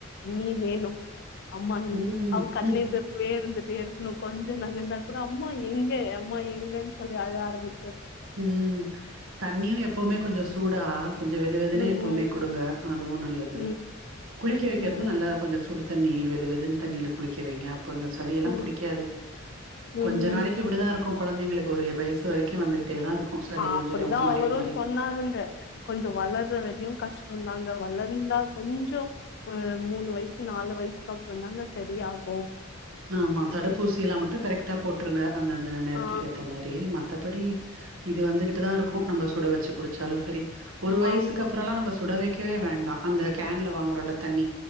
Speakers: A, on the left; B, on the right.
A: நீ வேணும் அம்மா நீ
B: ம்
A: அவன் கண்
B: ம்
A: எதிர்கவே இருந் வந்துட்டே இருக்கணும் கொஞ்சம் நகந்தா கூட அம்மா எங்க அம்மா எங்கன்னு சொல்லி அழ ஆரம்மிக்கு
B: உம் தண்ணியும் எப்பவுமே கொஞ்சம் சூடா கொஞ்சம் வெது வெதுனே
A: ம்
B: எப்பவுமே கொடுங்க அதுவும் நல்லது
A: ம்
B: குளிக்க வைக்கிறது
A: ம்
B: நல்லா கொஞ்சம் சுடு தண்ணி வெது வெதுன்னு தண்ணியில குளிக்க வைங்க இப்ப இந்த சளியெல்லாம்
A: ம் ம்
B: புடிக்காது கொஞ்ச
A: ம் ம்
B: நாளைக்கு இப்டிதான் இருக்கும் குழந்தைங்களுக்கு ஒரு வயசு வரைக்கும் வந்துகிட்டு அப்படியே தான் இருக்கு சளியு
A: அப்படிதான்
B: ஜொரமு மாறி
A: அவரும்
B: மாறி
A: சொன்னாருங்க கொஞ்சம் வளற வரையும் கஷ்ட சொன்னாங்க வளந்தா கொஞ்சம் மூணு வயசு நாலுவயசுஅப்பரம்தாங்க சரி ஆகும்
B: ஆமா தடுப்பூசி எல்லாம் மட்டும் கரெக்டா போட்டுருங்க அந்தந்த நேரத்துக்கு
A: ஆ
B: ஏத்த மாதிரி மத் மத்தபடி இது வந்துகிட்டு தான் இருக்கும் நம்ம சுட வச்சு குடிச்சாலும் சரி ஒரு வயசுக்கு
A: ஆமா
B: அப்புறம்ல்லாம் நம்ம சொல் சுடவைைக்கவே வேண்டாம் அந்த கேன்ல வாங்குற உள்ள தண்ணி